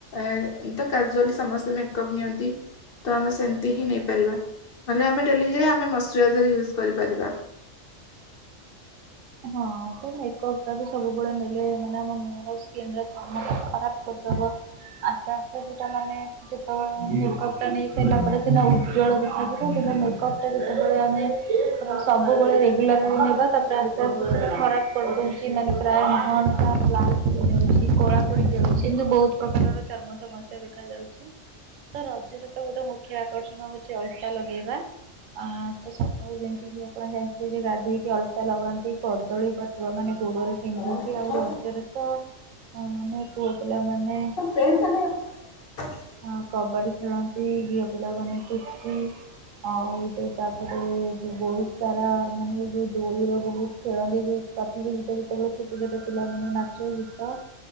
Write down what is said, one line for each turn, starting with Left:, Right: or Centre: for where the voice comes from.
Left: ଏ ତ କାଜୁଆଲି ସମସ୍ତେ ମେକଅପ୍ ନିଅନ୍ତି। ତ ଆମେ ସେମିତି ହିଁ ନେଇପାରିବା ନହଲେ ଆମେ ଡେଲିରେ ଆମେ ମଶ୍ଚରାଇଜର ୟୁଜ କରିପାରିବା।
Right: ହଁ ତ ମେକପଟା ବି ସବୁବେଳେ ନେଲେ ମାନେ ଆମ ମୁହଁର ସ୍କିନର ଖରାପ୍ କରିଦବ ଆସ୍ତେ ଆସ୍ତେ ସେଟା ମାନେ ଯେତେବେଳେ ମେକଅପଟା ନେଇସାରିଲା ପରେ ସିନା ଉଜ୍ଜଳ ଦେଖାଯିବ କିନ୍ତୁ ମେକପ ଯେତେବେଳେ ଆମେ ସବୁବେଳେ ରେଗୁଲାର ବି ନେବା ତାପରେ ଖରାପ କରିଦଉଛି ମାନେ ପ୍ରାୟ ମନ <inaudible> କଳା ପଡ଼ି ଯାଉଛି କିନ୍ତୁ ବହୁତ ପ୍ରକାରର ଚର୍ମ ସମସ୍ୟା ଦେଖାଯାଉ। ସାର୍ ଆଜିର ତ ଗୋଟେ ମୁଖ୍ୟ ଆକର୍ଷଣ ହଉଛି ଅଲତା ଲଗେଇବା। ଆ ତ ସକାଳୁ ଯେମିତି କିି ଆପଣ ଜାଣିଥିବେ ଯେ ଗାଧେଇକି ଅଲତା ଲଗା ସେଇ କଦଳୀପତ୍ର ମାନେ ଗୋଡ଼ରେ ପିନ୍ଧନ୍ତି
Left: କଣ
Right: ଆଉ
Left: କଥା
Right: ରଜରେ ତ ହଁ ମାନେ ପୁଅ ପିଲାମାନେ
Left: ପେନ ତାନ <inaudible>
Right: ହଁ କବାଡ଼ି ଖେଳନ୍ତି ଝିଅ ପିଲାମାନେ ପୁଚି। ଆଉ ତ ତାପରେ ବହୁତ ଉଚାର ମାନେ ଏଇ ଯେଉଁ ଦୋଳିର ବହୁତ ଖେଳନ୍ତି ଯୋ ପ୍ରତିଯୋଗିତା ଯେତେବେଳେ ଛୋଟଛୋଟ ପିଲାମାନେ ନାଚ, ଗୀତ